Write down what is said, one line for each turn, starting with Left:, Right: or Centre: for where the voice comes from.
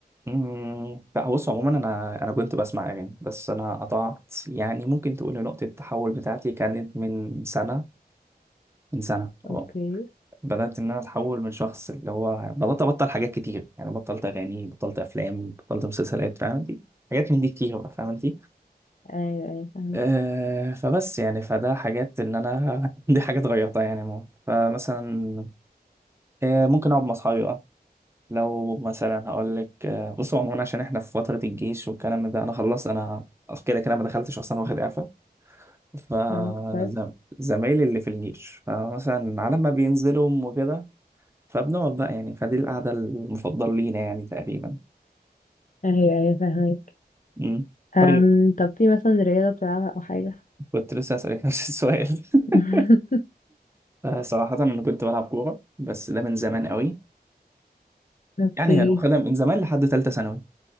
Right: مم، لا بص عموما انا انا كنت بسمع اغاني بس انا قطعت يعني ممكن تقول إن نقطه التحول بتاعتي كانت من سنه من سنه اه
Left: اوكي
Right: بدات ان انا اتحول من شخص اللي هو بدات ابطل حاجات كتير يعني بطلت اغاني بطلت افلام بطلت مسلسلات فاهم انت حاجات من دي كتير بقى فاهم انت
Left: ايوه ايوه فاهمك
Right: آه فبس يعني فده حاجات ان انا <laughs> دي حاجات غيرتها يعني ماما. فمثلا آه ممكن اقعد مع اصحابي لو مثلا هقول لك بصوا عموما عشان احنا في فترة الجيش والكلام ده انا خلصت انا أصل كده كده ما دخلتش اصلا واخد اعفاء فزمايلي
Left: نعم كويس
Right: اللي في الجيش فمثلا على ما بينزلوا وكده فبنقعد بقى يعني فدي القعدة المفضلة لينا يعني تقريبا
Left: ايوه ايوه فاهمك
Right: مم.
Left: أم
Right: طيب
Left: طب في مثلا رياضة بتلعبها او حاجة
Right: كنت لسه هسألك نفس السؤال <laughs>
Left: <laughs>
Right: آه، صراحة أنا كنت بلعب كورة بس ده من زمان قوي
Left: اوكي
Right: يعني أنا واخدها من زمان لحد تالتة ثانوي